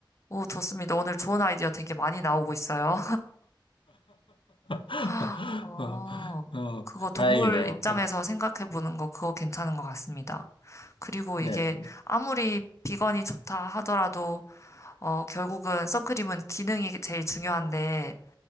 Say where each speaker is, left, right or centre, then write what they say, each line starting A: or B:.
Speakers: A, on the left (about 35°); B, on the left (about 80°).
A: 오, 좋습니다. 오늘 좋은 아이디어 되게 많이 나오고 있어요.
B: <laughs>
A: <laughs> 어,
B: 어, 어,
A: 그거 동물
B: 다행이네요.
A: 입장에서 생각해 보는 거 그거 괜찮은 것 같습니다. 그리고
B: 네,
A: 이게 아무리 비건이 좋다 하더라도 어, 결국은 선크림은 기능이 제일 중요한데